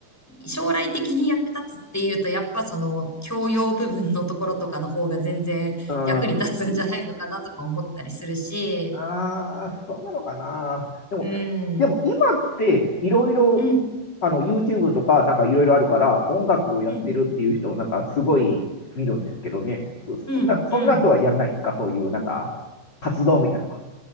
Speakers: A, in the centre; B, on the left (about 30°).
A: う、将来的に役立つっていうと、やっぱその教養部分のところとかの方が全然役に立つんじゃないのかなとか思ったりするし、
B: うん。ああ、そうなのかな。でも、
A: うん、
B: でも今っていろいろ、
A: うん、
B: あの、YouTube とかなんかいろいろあるから、音楽をやってるっていう人をなんかすごい見るんですけどね。
A: うん、
B: そ、そそんな、
A: うん、
B: そんなとはやんないんですかそういうなんか活動みたいなのは。
A: うん。